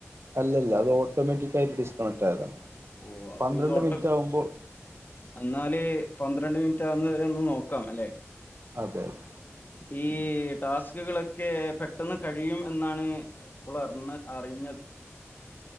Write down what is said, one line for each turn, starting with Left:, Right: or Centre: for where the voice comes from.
Right: അല്ലല്ല അത് ഓട്ടോമാറ്റിക് ആയിട്ട് ഡിസ്കണക്റ്റ് ആയതാണ്
Left: ഓഹ് അപ്പ
Right: പന്ത്രണ്ട്
Left: ഇത് ഓട്ടം
Right: മിനിറ്റ് ആകുമ്പോൾ
Left: എന്നാല് പന്ത്രണ്ട് മിനിറ്റ് ആകുന്ന വരെ ഒന്ന് നോക്കാം അല്ലെ.
Right: അതെ അത്
Left: ഈ ടാസ്കുകളൊക്കെ പെട്ടെന്ന് കഴിയും എന്നാണ് <unintelligible> ഇപ്പോള അറിണ് അറിഞ്ഞത്.